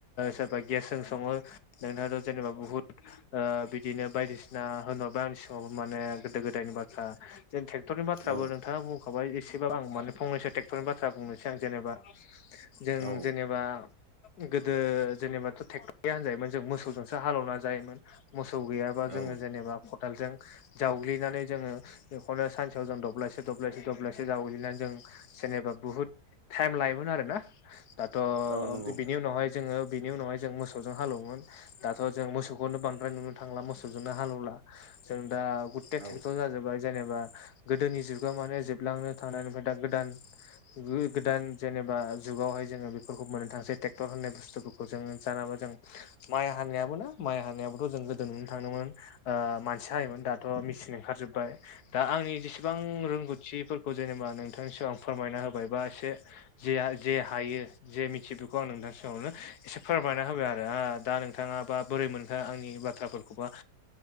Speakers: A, on the left; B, on the right.
A: सोरबा गेस जजों सङो नोंथाङाथ' जेनेबा बुहुत ओ बिदिनो बायदिसिना होन्ला आंनि सिगङावबो माने गोदो गोदायनि बाथ्रा जे ट्रेक्टरनिाथ्राबो
B: औ
A: नोंथाङा बुंखाबाय एसेबाब आं माने फंनैसै ट्रेक्टरनि बाथ्रा बुंनोसैं जेनेबा जों
B: औ
A: जेनेबा गोदो जेनेबाथ' ट्रेक्ट'रया होनजायोमोन जों मोसौजोंसो हालौवना जायोमोन। मोसौ गैयाबा जोङो
B: औ
A: जेनेबा खदालजों जावग्लिनानै जोङो बेखौनो सानसेयाव जों दब्लायसे दब्लायसे दब्लायसे जावग्लिनानै जों जेनेबा बुहुत टाइम लायोमोन आरो ना? दाथ'
B: औ नंगौ
A: बेनि उनावहाय जोङो बेनि उनावहाय जों मोसौजों हालौवोमोन दाथ' जों मोसौखौ नो बांद्राय नुनो थांला मोसौजोंनो हालेवला जों दा गुथे
B: औ
A: ट्रेक्टर जाजोबबाय जेनेबा गोदोनि जुगाव माने जोबलांनो थांनानै ओमफ्राय दा गोदान गोदान जेनेबा जुगावहाय जोङो बेफोरखौ मोननो थांसै ट्रेक्टर होननाय बुस्थुफोरखौ खौ जों जानाबा जों माइ हानायाबो ना माइ हानायाबोथ' जों गोदो ननो थांदोंमोन मानसिया हायोमोन दाथ' मेचिन ओंखार जोबबाय दा आंनि जेसेबां रोंगौथिफोरखौ जेनेबा नोंथांनिसिग आं फोरमायना होबाय बा एसे जेया जे हायो। जे मिथियो बेखौ आं नोंथां सिगावनो एसे फोरमायना होबाय आरो दा नोंथाङा बा बोरै मोनखो आंनि बाथ्राफोरखौबोा